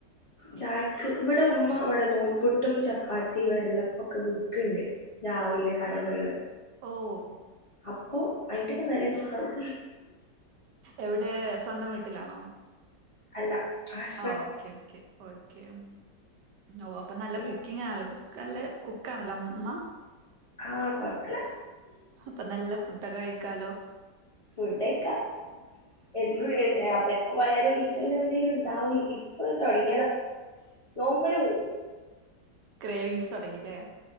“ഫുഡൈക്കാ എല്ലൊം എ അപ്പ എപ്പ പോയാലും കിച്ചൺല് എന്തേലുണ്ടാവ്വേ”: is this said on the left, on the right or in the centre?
Left